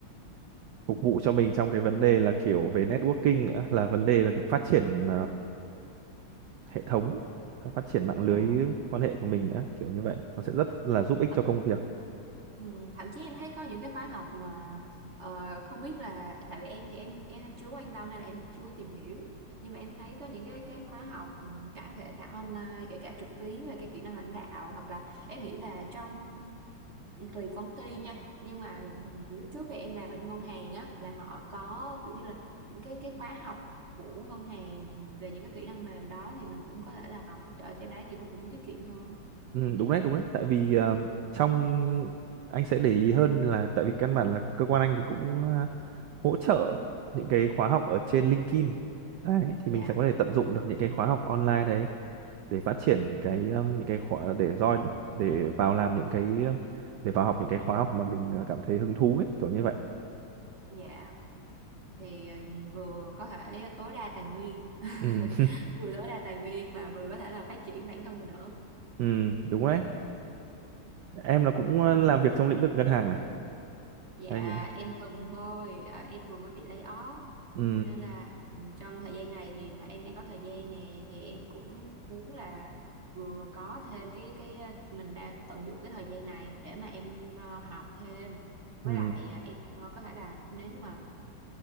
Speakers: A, on the right; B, on the right.
A: phục vụ cho mình trong cái vấn đề là kiểu về networking nữa là vấn đề là kiểu phát triển hệ thống phát triển mạng
B: Dạ.
A: lưới quan hệ của mình nữa kiểu như vậy nó sẽ rất là giúp ích
B: À,
A: cho công việc
B: Ừ, thậm chí em thấy có những cái khóa học mà ờ, không biết là tại vì em thì em em chưa quan tâm nên là em chưa tìm hiểu nhưng mà em thấy có những cái cái khóa học ừ, cả kể cả online kể cả trực tuyến về cái kỹ năng lãnh đạo hoặc là em nghĩ là trong ừ, tùy công ty nha nhưng mà ừ, lúc trước thì em làm bên ngân hàng á là họ có kiểu như là những cái cái khóa học của ngân hàng về những cái kỹ năng mềm đó thì mình cũng có thể là học ở trên đấy thì nó cũng tiết kiệm hơn
A: ừ, đúng đấy đúng đấy tại vì ờ, trong anh sẽ để ý hơn là tại vì căn bản là cơ quan anh thì cũng ờ, hỗ trợ những cái khóa học ở trên LinkedIn đấy thì
B: dạ
A: mình sẽ có thể tận dụng được những cái khóa học online đấy để phát triển cái um, những cái khóa để do để vào làm những cái ờ, để vào học những cái khóa học mà mình ờ, cảm thấy hứng thú ấy kiểu như vậy
B: Dạ, thì ừ, vừa có thể ờ, tối đa tài nguyên, <laughs>
A: ừ.
B: vừa tối đa tài nguyên mà vừa có thể là phát triển bản thân mình nữa.
A: <laughs> ừ đúng đấy em là cũng ờ, làm việc trong lĩnh vực ngân hàng à
B: Dạ,
A: hay nhìn nào
B: em từng thôi, à, em vừa mới bị lay off.
A: ừ
B: Nên là ừ, trong thời gian này thì mà em đang có thời gian nè thì em cũng muốn là vừa có thêm cái cái ờ, mình đã tận dụng cái thời gian này để mà em ờ, học thêm với
A: ừ
B: lại ờ, em ờ, có thể là nếu như mà